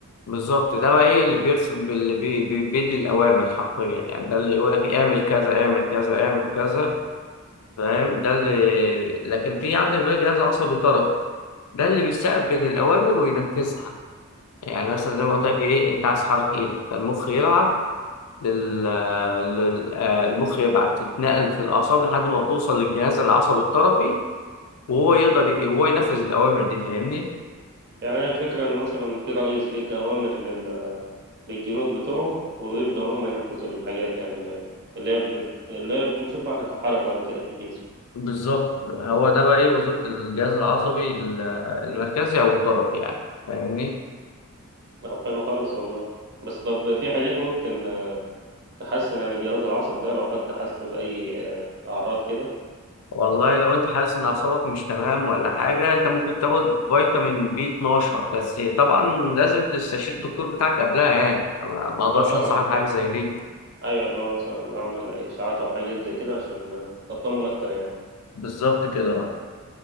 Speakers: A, on the left; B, on the right.
A: بالظبط ده بقى ايه اللي بيرسم اللي بي بي بيدي الاوامر حرفيا يعني ده اللي يقول لك اعمل كذا اعمل كذا اعمل كذا فاهم ده اللي لكن في عندك بقى جهاز عصبي طرف ده اللي بيستقبل الاوامر وينفذها يعني مثلا زي ما قلت لك ايه انت عايز تحرك ايدك فالمخ يبعت لل... لل... آه، المخ يبعت تتنقل في الاعصاب لحد ما توصل للجهاز العصبي الطرفي وهو يقدر ي... هو ينفذ الاوامر دي فاهمني
B: يعني هي الفكره ان مثلا في رئيس بيدي اوامر لل- للجنود بتوعه ويبداوا هم ينفذوا الحاجات يعني اللي اللي هي بت... اللي هي بنشوفها احنا كحركه او كده في الجسم
A: بالظبط هو ده بقى ايه وظيفة الجهاز العصبي ال- المركزي او الطرفي يعني فاهمني
B: طب حلو خالص والله بس طب في حاجات ممكن تحسن يعني الجهاز العصبي ده لو حد حس باي آه، اعراض كده
A: والله لو انت حاسس ان اعصابك مش تمام ولا حاجة انت ممكن تاخد فيتامين بي 12 بس طبعا لازم تستشير الدكتور بتاعك قبلها يعني أنا ما ما اقدرش
B: اه فاهمك
A: انصحك بحاجة زي دي
B: ايوه اللي هو مثلا اعمل اشاعات او حاجات زي كده عشان اطمن اكتر يعني
A: بالظبط كده آه.